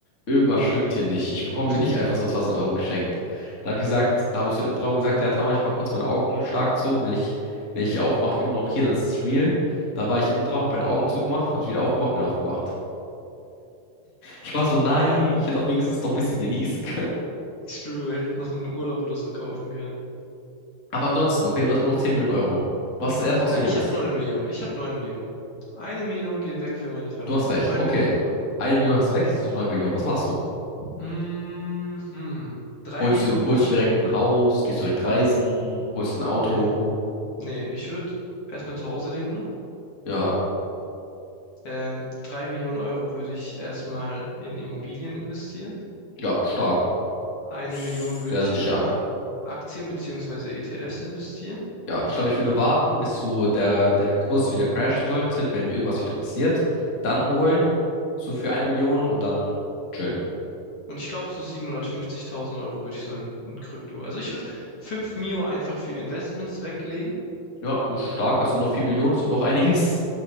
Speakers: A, on the left; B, on the left.
A: irgendwas stimmt hier nicht. Ich bekomme
B: <laughs>
A: mir nicht einfach so 1000 Euro geschenkt. Da habe ich gesagt, da habe ich so im Traum gesagt, ja, Tama, ich mache kurz meine Augen stark zu. Wenn ich, wenn ich aufmache, immer noch hier, dann ist es real. Da war ich im Traum, hab meine Augen zugemacht, habe ich wieder aufgemacht, bin aufgewacht. Ich war so, nein,
B: Äh,
A: ich hätte auch wenigstens noch ein bisschen genießen können.
B: Screw, hätte ich noch einen Urlaub oder so kaufen können.
A: Aber ansonsten, okay, du hast immer noch 10 Millionen Euro. Was ist das erste, was
B: Äh,
A: du
B: ich
A: holst?
B: habe neun Millionen. Ich habe 9 Millionen. Eine Million gehen weg für meine Familie.
A: Du hast recht,
B: 9
A: okay.
B: Millionen Euro.
A: Eine Million hast du weg, jetzt hast du noch 9 Millionen. Was machst du?
B: Mhm. 3
A: Holst
B: Millionen
A: du, holst
B: würde ich.
A: du direkt ein Haus, gehst direkt reisen, holst ein Auto.
B: Ähm, nee, ich würde erstmal zu Hause leben noch.
A: Ja,
B: Ähm, 3 Millionen Euro würde ich erstmal in Immobilien investieren.
A: ja, stark.
B: Eine
A: Sehr
B: Million würde ich
A: sicher.
B: in A- Aktien beziehungsweise ETFs investieren.
A: Ja, ich glaube, ich würde warten, bis so der, der Kurs wieder crashen sollte, wenn irgendwas wieder passiert. Dann holen, so für eine Million und dann chillen.
B: Und ich glaube, so 750.000 Euro würde ich so in, in Krypto. Also ich würde 5 Mio einfach für Investments weglegen.
A: Ja, ist stark. Hast immer noch vier Millionen, ist immer noch einiges.